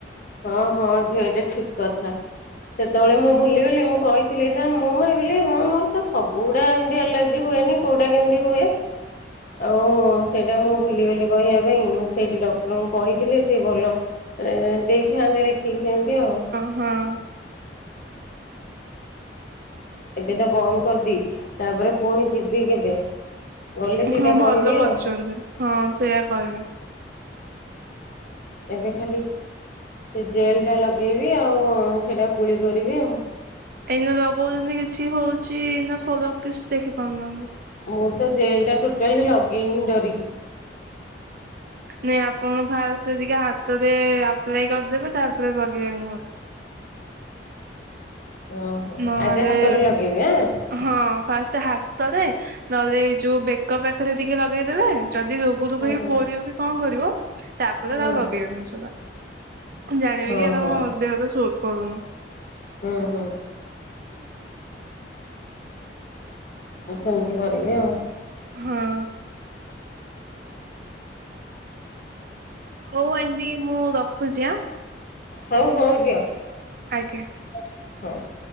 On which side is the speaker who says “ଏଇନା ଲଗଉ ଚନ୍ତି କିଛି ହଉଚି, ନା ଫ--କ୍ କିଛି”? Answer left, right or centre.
Right